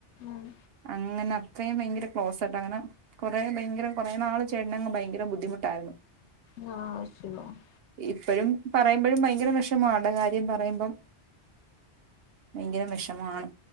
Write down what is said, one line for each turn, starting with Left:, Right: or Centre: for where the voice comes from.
Left: ഉം
Right: അങ്ങനെ ഇത്രയും ഭയങ്കര ക്ലോസായിട്ട് അങ്ങനെ കുറേ ഭയങ്കര കുറേ നാള് ചേട്ടനങ്ങ് ഭയങ്കര ബുദ്ധിമുട്ടായിരുന്നു
Left: ആ <unintelligible>
Right: ഇപ്പഴും പറയുമ്പോഴും ഭയങ്കര വിഷമാണ് ആൾടെ കാര്യം പറയുമ്പം ഭയങ്കര വിഷമാണ്